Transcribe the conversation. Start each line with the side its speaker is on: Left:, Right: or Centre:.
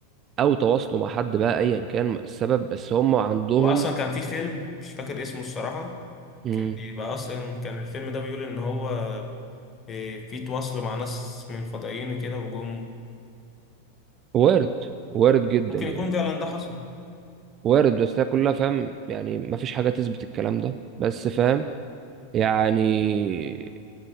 Right: أو تواصلوا مع حد بقى أيا كان السبب بس هم عندهم
Left: هو اصلا كان في فيلم مش فاكر اسمه الصراحه
Right: مم،
Left: كان بيبقى اصلا كان الفيلم ده بيقول ان هو إيه، في تواصلوا مع ناس من الفضائيين وكده وجم
Right: وارد وارد جدا
Left: ممكن
Right: يعني
Left: يكون فعلا ده حصل
Right: وارد بس هي كلها فاهم يعني مفيش حاجة تثبت الكلام ده بس فاهم يعني